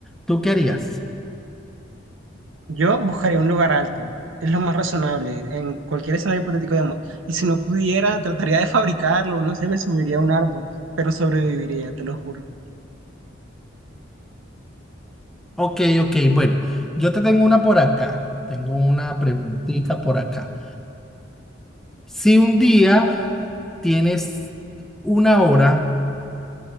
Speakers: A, in the centre; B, on the right.
A: ¿Tú qué harías?
B: Yo buscaría un lugar alto, es lo más razonable, en cualquier escenario hipotético, digamos. Y si no pudiera, trataría de <laughs> fabricarlo, no sé, me subiría a un árbol, pero sobreviviría, te lo juro.
A: Ok, ok, bueno, yo te tengo una por acá. Tengo una preguntita por acá. Si un día tienes una hora